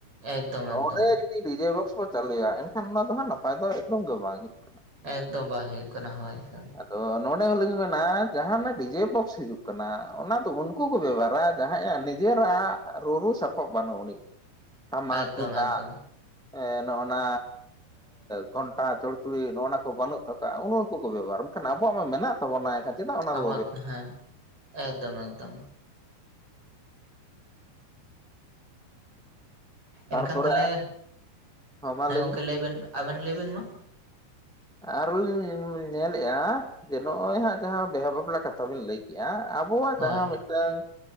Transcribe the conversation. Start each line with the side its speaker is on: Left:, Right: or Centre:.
Right: ᱮᱠᱫᱚᱢ
Centre: ᱳᱰᱮᱸᱻ
Right: ᱮᱠᱫᱚᱢ
Centre: ᱰᱤᱡᱮ ᱵᱚᱠᱥ ᱵᱚ ᱪᱟᱹᱞᱩᱭᱟ ᱮᱱᱠᱷᱟᱱ ᱚᱱᱟ ᱫᱚ ᱦᱟᱸᱜ ᱱᱟᱯᱟᱭ ᱫᱚ ᱮᱠᱫᱚᱢ ᱜᱮ ᱵᱟᱝ ᱦᱩᱭᱩᱜ ᱠᱟᱱᱟ᱾
Right: ᱮᱠᱫᱚᱢ ᱵᱟᱭ ᱦᱩᱭᱩᱜ ᱠᱟᱱᱟ ᱦᱳᱭ ᱦᱳᱭ
Centre: ᱟᱫᱚ ᱱᱚᱰᱮ ᱦᱚᱸᱞᱤᱧ ᱢᱮᱱᱟ ᱡᱟᱦᱟᱱᱟᱜᱼᱼ ᱰᱤᱡᱮ ᱵᱚᱠᱥ ᱦᱤᱡᱩᱜ ᱠᱟᱱᱟ ᱚᱱᱟ ᱫᱚ ᱩᱱᱠᱩ ᱠᱚ ᱵᱮᱵᱷᱟᱨᱼᱟ ᱡᱟᱦᱟᱸᱭᱟᱜ ᱱᱤᱡᱮᱨᱟᱜ ᱨᱩᱨᱩ ᱥᱟᱯᱟᱵ ᱵᱟᱹᱱᱩᱜ ᱩᱱᱤᱡ᱾ ᱴᱟᱢᱟᱠ
Right: ᱮᱠᱫᱚᱢ
Centre: ᱛᱩᱢᱫᱟᱜᱼᱼ
Right: ᱮᱠᱫᱚᱢ
Centre: ᱱᱚᱜᱼᱱᱟ ᱜᱷᱚᱱᱴᱟ ᱪᱚᱲᱪᱩᱲᱤ ᱱᱚᱜᱼᱱᱟ ᱠᱚ ᱵᱟᱹᱱᱩᱜᱼᱼ ᱩᱱᱩ ᱩᱱᱠᱩ ᱠᱚ ᱵᱮᱵᱷᱟᱨᱼᱟ ᱢᱮᱱᱠᱷᱟᱱ ᱟᱵᱚᱣᱟᱜ ᱢᱟ ᱢᱮᱱᱟᱜ ᱛᱟᱵᱚᱱᱟ ᱮᱱᱠᱷᱟᱱ ᱪᱮᱫᱟᱜ ᱚᱱᱟ
Right: ᱟᱵᱚᱣᱟᱜ
Centre: ᱫᱚᱼᱼ
Right: ᱦᱮᱸ ᱮᱠᱫᱚᱢ ᱮᱠᱫᱚᱢ
Centre: ᱛᱟᱨᱯᱚᱨᱮ
Right: ᱮᱱᱠᱷᱟᱱ ᱛᱟᱦᱞᱮ
Centre: ᱦᱚᱸ ᱢᱟ
Right: ᱦᱮᱸ
Centre: ᱞᱟᱹᱭ
Right: ᱜᱚᱝᱠᱮ
Centre: ᱵᱤᱱ
Right: ᱞᱟᱹᱭᱵᱮᱱ ᱟᱵᱮᱱ ᱞᱟᱹᱭᱵᱮᱱ ᱢᱟ?
Centre: ᱟᱨ ᱞᱤᱧ ᱧᱮᱞᱮᱜᱼᱟ ᱡᱮ ᱱᱚᱜᱼᱚᱭ ᱦᱟᱸᱜ ᱡᱟᱦᱟᱸ ᱵᱤᱦᱟᱹ ᱵᱟᱯᱞᱟ ᱠᱟᱛᱷᱟ ᱵᱤᱱ ᱞᱟᱹᱭᱼᱼ ᱠᱮᱜᱼᱟ ᱟᱵᱚᱣᱟᱜ
Right: ᱦᱳᱭ
Centre: ᱡᱟᱦᱟᱸ ᱢᱤᱫᱴᱟᱝ